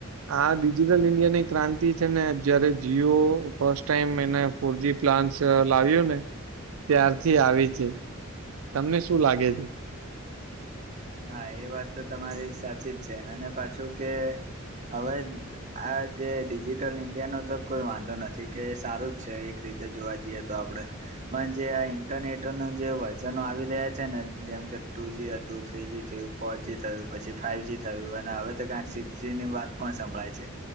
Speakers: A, on the right; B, on the right.
A: આ ડિજિટલ ઈન્ડિયા ની ક્રાંતિ છે ને જયારે જીઓ ફર્સ્ટ ટાઈમ એને. ફૂરજી પ્લાન્ટસ લાવ્યું ને ત્યારથી આવી છે. તમને શું લાગે.
B: હા એ વાત તો તમારી સાચી જ છે અને પાછું કે. હવે આ જે ડિજિટલ ઈન્ડિયા નો તો કોઈ વાંધો નથી. કે એ સારું જ છે એક રીતે જોવા જઈએ તો આપડણે. પણ જે આ ઇન્ટરનેટ નું જે વર્ઝનો આવી રહ્યા છે ને જેમ કે ટુ જી હતું થ્રીજી. ફોરજી થયું પછી ફાઈવ જ થયું અને હવે તો કક સિક્સજી ની વાત પણ સંભળાય છે.